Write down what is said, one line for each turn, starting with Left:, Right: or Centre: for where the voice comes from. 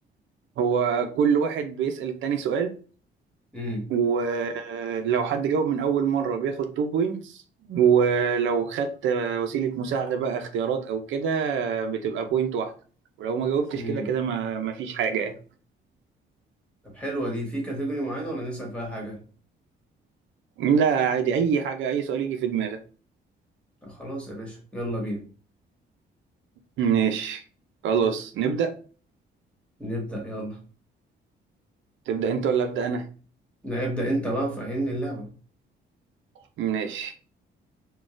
Right: هو كل واحد بيسال التاني سؤال
Centre: امم
Right: ولو حد جاوب من اول مره بياخد 2 بوينتس ولو خدت وسيله مساعده بقى اختيارات او كده بتبقى بوينت واحده ولو ما جاوبتش
Centre: امم
Right: كده كده ما ما فيش حاجه يعني.
Centre: طب حلوة دي في كاتيجوري معينة ولا نسأل فيها حاجة؟
Right: لا عادي اي حاجه اي سؤال يجي في دماغك
Centre: طب خلاص يا باشا يلا بينا
Right: ماشي خلاص نبدا
Centre: نبدأ يلا
Right: تبدا انت ولا ابدا انا
Centre: لا ابدأ انت بقى فهمني اللعبة
Right: ماشي